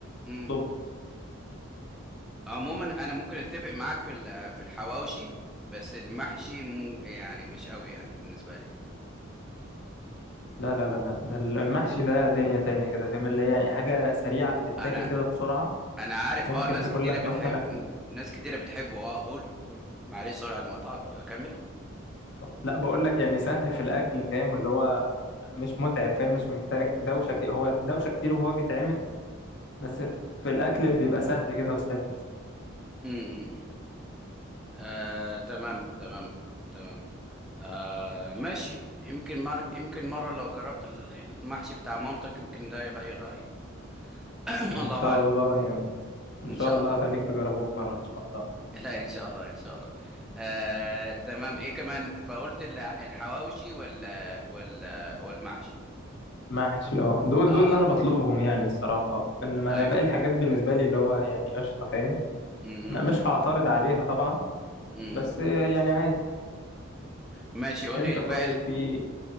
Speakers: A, in the centre; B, on the left.
A: امم
B: طب
A: عموما انا ممكن اتفق معاك في ال- في الحواوشي بس المحشي مو يعني مش قوي يعني بالنسبة لي
B: لا لا لا لا ده المحشي ده دنيا تانية كده فاهم اللي هي يعني حاجة سريعة بتتاكل
A: انا
B: كده بسرعة
A: انا عارف
B: ممكن
A: اه ناس
B: تاكل
A: كتيره
B: لك
A: بتحب
B: مثلا <laughs>
A: ناس كتيره بتحبه اه قول قول معلش سوري على المقطع كمل
B: لا بقول لك يعني سهل في الاكل فاهم اللي هو مش متعب فاهم مش محتاج دوشة كتير هو دوشة كتير وهو بيتعمل بس في الاكل بيبقى سهل كده وسهل
A: امم آه تمام تمام تمام آه ماشي يمكن مر... يمكن مرة لو جربت ال- المحشي بتاع مامتك يمكن ده يغير رأيي <coughs> <clears throat>
B: ان
A: الله
B: شاء
A: أعلم
B: الله يعني ان
A: إن
B: شاء
A: شاء
B: الله
A: الله
B: خليك تجربه في مره ان شاء الله
A: لا إن شاء الله إن شاء الله آه تمام إيه كمان فقلت ال- الحواوشي ولا ولا والمحشي
B: محشي اه دول
A: آه
B: دول اللي انا بطلبهم يعني الصراحه اه انما
A: أيوه
B: باقي الحاجات بالنسبه لي اللي هو يعني قشطه فاهم
A: م- م-
B: م- مش هعترض عليها طبعا
A: م.
B: بس يعني عادي
A: ماشي قول
B: انت
A: لي الباقي
B: طيب في